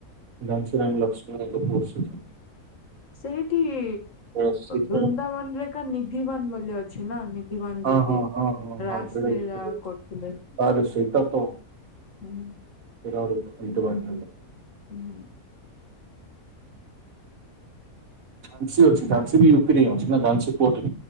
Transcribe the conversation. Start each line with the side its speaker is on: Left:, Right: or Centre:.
Right: ଝାନସୀ ରାଣି ଲକ୍ଷ୍ମୀବାଇ ଙ୍କ ଫୋର୍ଟ ସେଠି।
Left: ସେଇଠିଅ
Right: ସେ ସେଇଥିପାଇଁ
Left: ବୃନ୍ଦାବନରେ କା ନିଧିବାନ ମୂଲ୍ୟ ଅଛି ନା ନିଧିବାନ
Right: ହଁ
Left: ଯଉଠି
Right: ହଁ ହଁ ହଁ ହଁ
Left: ରାସଲୀଳା
Right: ସେଇଟା ବି ଠିକ୍ ଅଛି।
Left: କରୁଥିଲେ।
Right: ଆରେ ସେଇଟା ତ
Left: ହୁଁ।
Right: ସେଇଟା ଗୋଟେ <unintelligible>
Left: ହୁଁ
Right: ଝାନସି ଅଛି ଝାନସି ବି ୟୁପି ରେ ଅଛି ଝାନସୀ ପୋଟ